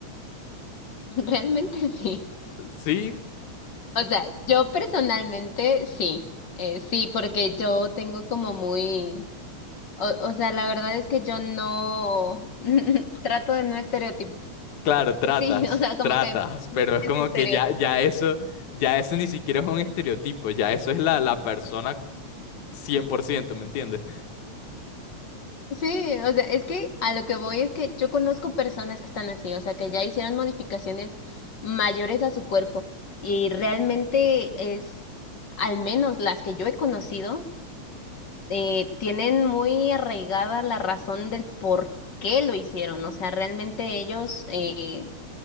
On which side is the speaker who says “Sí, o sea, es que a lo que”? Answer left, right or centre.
Left